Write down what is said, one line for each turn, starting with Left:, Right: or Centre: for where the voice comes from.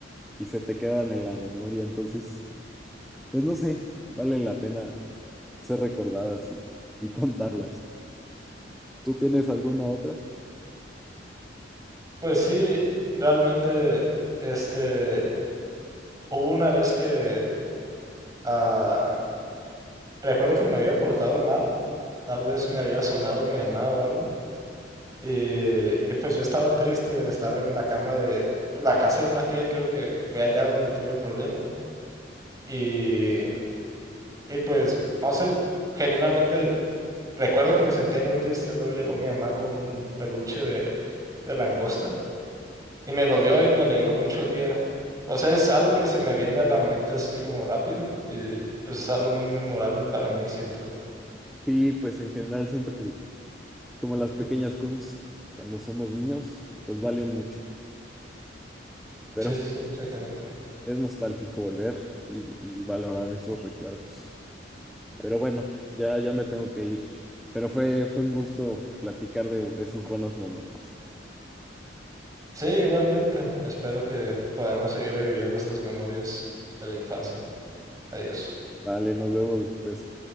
Centre: y se te quedan en la memoria, entonces, pues no sé, valen la pena ser recordadas y, y contarlas. ¿Tú tienes alguna otra?
Right: Pues sí, realmente, este, hubo una vez que, ah, recuerdo que me había portado mal, tal vez me había sonado mi mamá o algo, y, y pues yo estaba triste, estaba en la cama de pues, la casa de una tía, creo que fue allá donde tuve el problema. Y, y pues, no sé, genuinamente recuerdo que me sentía muy triste. Luego llegó mi mamá con un peluche de, de langosta y me lo dio y me alegró mucho el día. O sea, es algo que se me viene a la mente así como rápido y pues es algo muy memorable para mí, siento.
Centre: Sí, pues en general siento que como las pequeñas cosas cuando somos niños, pues valen mucho, pero
Right: Sí, sí,
Centre: <laughs>
Right: sí, exactamente.
Centre: es nostálgico volver y, y valorar esos recuerdos. Pero bueno, ya, ya me tengo que ir. Pero fue, fue un gusto platicar de esos buenos momentos.
Right: Sí, igualmente. Espero que podamos seguir reviviendo estas memorias de la infancia. Adiós.
Centre: Vale, nos vemos después.